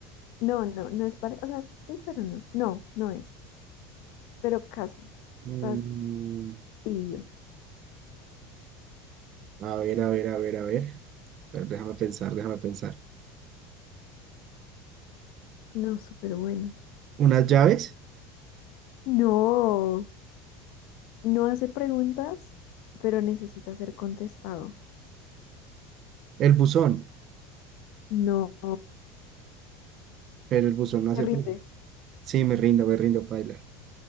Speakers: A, on the left (about 60°); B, on the right (about 50°).
A: No, no, no es parecido. O sea, sí, pero no. No, no es. Pero casi.
B: Mm,
A: Estás tibio.
B: a ver, a ver, a ver, a ver. Pero déjame pensar, déjame pensar.
A: No, súper bueno.
B: ¿Unas llaves?
A: No, no hace preguntas, pero necesita ser contestado.
B: El buzón.
A: No,
B: Pero el buzón no hace
A: te rindes.
B: preguntas. Sí, me rindo, me rindo, paila.